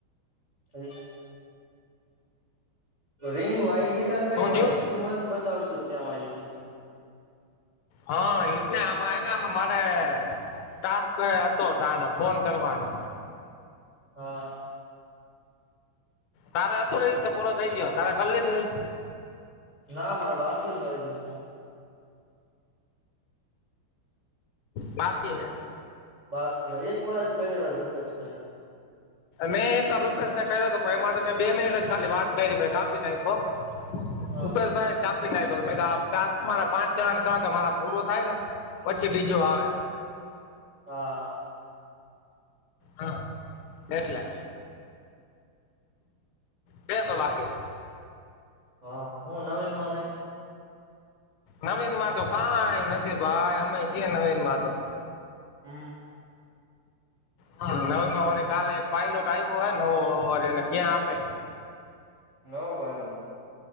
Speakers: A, on the right (about 70°); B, on the left (about 80°).
A: <inaudible> રિંગ વાઈગી તા ખરી
B: હું
A: પણ
B: થયું
A: હિસ્ટ્રીમાં જ બતાવતું ક્યાં વહી ગયું.
B: હા એ જ ને આમાં હેને આમાં મારે ટાસ્ક એ હતો તાણે ફોન કરવાનો.
A: હા
B: તારે હતો ને ઈજ કે પૂરો થઈ ગયો તારે કર લીધો ઈ?
A: ના મારે બાકી છે હજી ત
B: બાકી હૈ?
A: બાકી હે એકવાર જ કર્યો તો રૂપેશભાઈને
B: મેં એકવાર રૂપેશને કર્યો તો પણ એમાં તો મેં બે મિનિટ જ ખાલી વાત કરી પછી કાપી નાયખો.
A: હા
B: રૂપેશભાઈ કાપી નાખ્યો તો મે કીધું આ ટાસ્ક મારા પાંચ જણાને કા તા મારા પૂરો થાય ને પછી બીજો આવે.
A: હા
B: હા એટલે કેતો બાકી
A: હા હું નવીનમાં કાઈ?
B: નવીનમાં તો કાઈ નથી ભાઈ અમે છીએ નવીનમાં તો.
A: હમ
B: હહ નવીનમાં વળી એક કાલે એક પાયલોટ આયવો હે નવો વરી એને ક્યાં આપે.
A: નવો પાયલોટ?